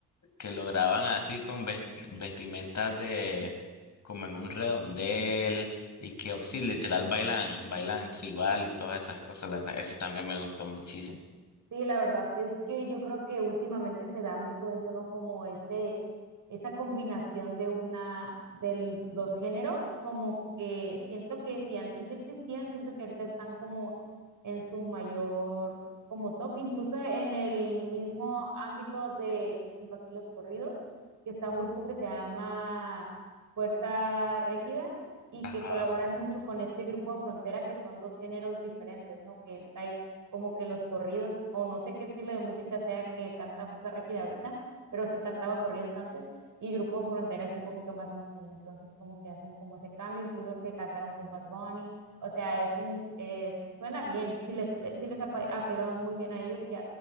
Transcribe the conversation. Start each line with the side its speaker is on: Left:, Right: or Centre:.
Left: que lo graban así con ves- vestimentas de, como en un redondel y que oh, sí, literal bailan, bailan tribal y todas esas cosas, la verdad, eso también me gustó muchísimo.
Right: Sí, la verdad es que yo creo que últimamente se da mucho eso, ¿no? Como ese, esa combinación de una, de los géneros, como que siento que si antes ya existían, siento que ahorita están como en su mayor, como top, incluso en el mismo ámbito de, por ejemplo, aquí los corridos, que está un grupo que se llama Fuerza Régida y
Left: Ajá.
Right: que colaboran mucho con este grupo de Frontera, que son dos géneros diferentes, ¿no? Que él trae como que los corridos, o no sé qué estilo de música sea que canta Fuerza Regida ahorita, pero sí cantaba corridos antes, y Grupo Frontera es un poquito más norteño, entonces como que hacen como ese cambio, incluso que cantaron con Bad Bunny, o sea, es un, es, suena bien, sí les, sí les ha, ha, pegado muy bien a ellos, que,